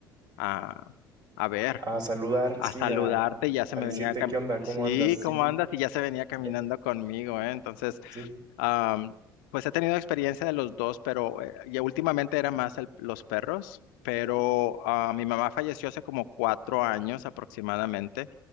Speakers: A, on the left (about 65°); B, on the right (about 35°).
A: a, a ver,
B: A saludar,
A: a
B: sí,
A: saludarte
B: a a-
A: y ya se
B: a
A: me
B: decirte
A: venía, cam-
B: qué onda,
A: sí,
B: cómo andas. Sí,
A: ¿cómo
B: sí.
A: andas? Y ya se venía caminando
B: <laughs>
A: conmigo, ¿eh? Entonces
B: Sí.
A: Am, pues he tenido experiencia de los dos, pero eh, ya últimamente era más el- los perros, pero ah, mi mamá falleció hace como cuatro años aproximadamente